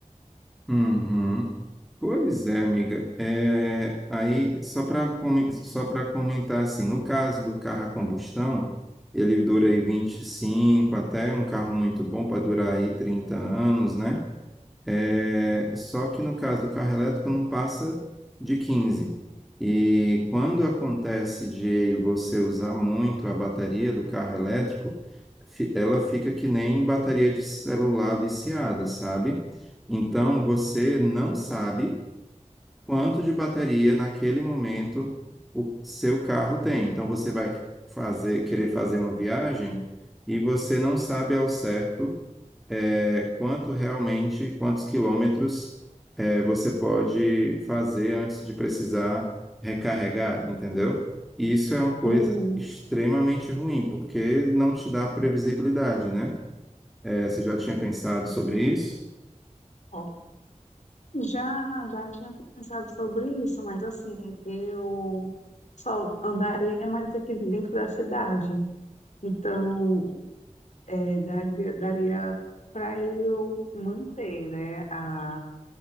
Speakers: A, in the centre; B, on the left.
A: uhum. Pois é, amiga. É, aí, só para só para comentar assim, no caso do carro a combustão, ele dura aí vinte e cinco até um carro muito bom para durar aí 30 anos, né? É, só que no caso do carro elétrico não passa de 15. E quando acontece de você usar muito a bateria do carro elétrico, fi- ela fica que nem bateria de celular viciada, sabe? Então você não sabe quanto de bateria naquele momento o seu carro tem. Então você vai fazer, querer fazer uma viagem e você não sabe ao certo é, quanto realmente, quantos quilômetros é, você pode fazer antes de precisar recarregar, entendeu? E isso é uma coisa
B: Hum,
A: extremamente ruim, porque não te dá previsibilidade, né? É, você já tinha pensado sobre isso?
B: ó, já, já tinha pensado sobre isso, mas assim, eu só andaria mais aqui dentro da cidade. Então, é, daria, daria para eu manter, né, a,